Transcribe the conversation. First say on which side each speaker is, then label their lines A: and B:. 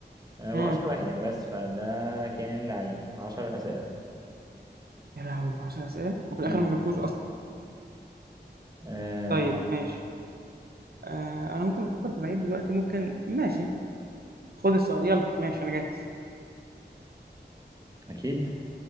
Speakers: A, on the right; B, on the right.
A: آه،
B: امم
A: واشهر واحد يعني بس فده كان لعيبي 10 اسئله
B: يا لهوي 10 اسئله وفي الاخر
A: امم
B: ما جبتوش اصلا
A: اه
B: طيب
A: آه،
B: ماشي آه انا ممكن افكر في العيب دلوقتي ممكن ماشي خد السؤال يلا ماشي انا جاهز
A: اكيد